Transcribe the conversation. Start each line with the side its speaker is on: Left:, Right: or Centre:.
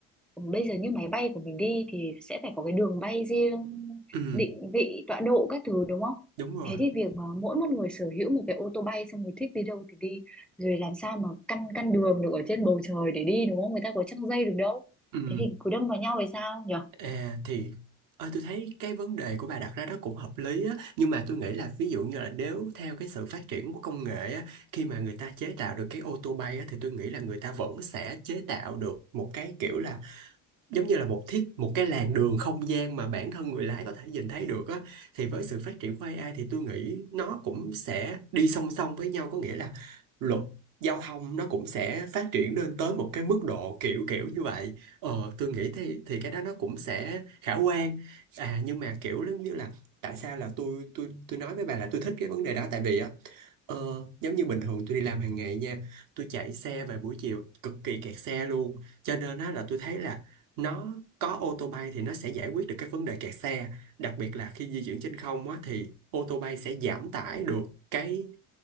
Centre: bây giờ như máy bay của mình đi thì sẽ phải có cái đường bay riêng
Right: ừ
Centre: định vị tọa độ các thứ đúng không
Right: đúng rồi
Centre: thế thì việc mà mỗi một người sở hữu một cái ô tô bay xong người thích đi đâu thì đi rồi làm sao mà căn căn đường được ở trên bầu trời để đi đúng không người ta có trăng dây được đâu
Right: ừ
Centre: thế thì cứ đâm vào nhau thì sao nhỉ
Right: À thì ờ, tôi thấy cái vấn đề của bà đặt ra đó cũng hợp lý á nhưng mà tôi nghĩ là ví dụ như là nếu theo cái sự phát triển của công nghệ á khi mà người ta chế tạo được cái ô tô bay á thì tôi nghĩ là người ta vẫn sẽ chế tạo được một cái kiểu là giống như là một thiết một cái làn đường không gian mà bản thân người lái có thể nhìn thấy được á thì với sự phát triển của AI thì tôi nghĩ nó cũng sẽ đi song song với nhau có nghĩa là luật giao thông nó cũng sẽ phát triển lên tới một cái mức độ kiểu kiểu như vậy ờ tôi nghĩ thì thì cái đó nó cũng sẽ khả quan à nhưng mà kiểu giống như là tại sao là tôi tôi tôi nói với bà là tôi thích cái vấn đề đó tại vì á Ờ, giống như bình thường tôi đi làm hàng ngày nha tôi chạy xe về buổi chiều cực kỳ kẹt xe luôn cho nên á là tôi thấy là nó có ô tô bay thì nó sẽ giải quyết được cái vấn đề kẹt xe đặc biệt là khi di chuyển trên không á thì ô tô bay sẽ giảm tải được cái